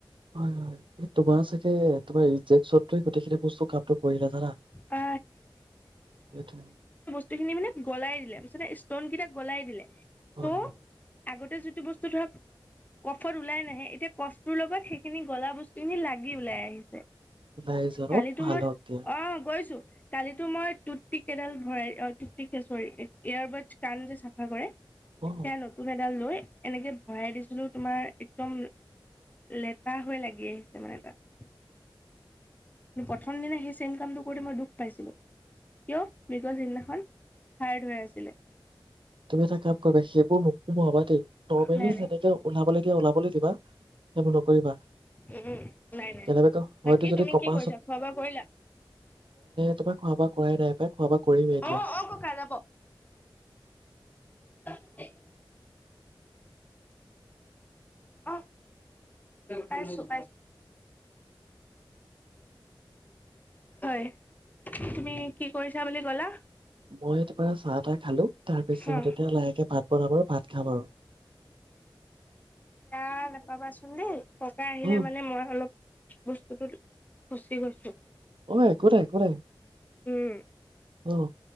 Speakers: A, on the right; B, on the left.
A: হয়, হয় এই তোমাৰ চাগে তোমাৰ‌ ইনজেকচনটোৱে গোটেইখিনি বস্তু কামটো কৰিলে জানা। সেইটোৱে
B: অ', গোটেইখিনি মানে গলাই দিলে ষ্টন কিটা গলাই দিলে,
A: হয়
B: ত'
A: হয়
B: আগত তাতে যিটো বস্তু ধৰক কফত ওলাই নাহে, এতিয়া কফটোৰ লগত সেইখিনি গলা বস্তুখিনি লাগি ওলাই আহিছে।
A: ওলাই আহিছে ন
B: কালিতো
A: ভাল
B: মই
A: হওক দিয়া
B: অ', গৈছোঁ কালিতো মই টুথ পিক এডাল ভৰাই অ' <unintelligible> চৰি এয়াৰবাদচ কান যে, চাফা কৰে।
A: অ
B: সেয়া নতুন এডাল লৈ এনেকে ভৰাই দিছিলোঁ, তোমাৰ একদম লেটা হৈ লাগি আহিছে মানে তাত। কিন্ত প্ৰথম দিনা সেই চেইম কামটো কৰি মই দুখ পাইছিলোঁ, কিয় বিকজ সিদিনাখন হাৰ্ড হৈ আছিলে।
A: তুমি এটা কাম কৰিবা সেইবোৰ নুসোমাবা দেই নৰ্মেলি
B: নাই নাই।
A: যেনেকে ওলাবলৈ দিয়া ওলাবলৈ দিবা সেইবোৰ নকৰিবা
B: উম নাই নাই
A: কেনেবাকৈ
B: বাকী
A: হয়তো যদি
B: তুমি
A: কপাল
B: কি কৰিছা খোৱা বোৱা কৰিলা?
A: তোমাৰ খোৱা বোৱা কৰাই নাই পাই খোৱা বোৱা কৰিমেই এতিয়া
B: অহ অহ ককা ৰব। । <unintelligible> অ পাইছো পাইছো হয় তুমি কি কৰিছা বুলি কলা?
A: মই এতি চাহ তাহ খালো তাৰ পিছত
B: অ
A: এতিয়া লাহেকে ভাত বনাব আৰু ভাত খাম আও
B: বেয়া নাপাবাচোন দেই ককা আহিলে
A: অ
B: মানে মই অলপ বস্তুটো ফচি গৈছো।
A: অ একো নাই - একো নাই
B: উম
A: অহ।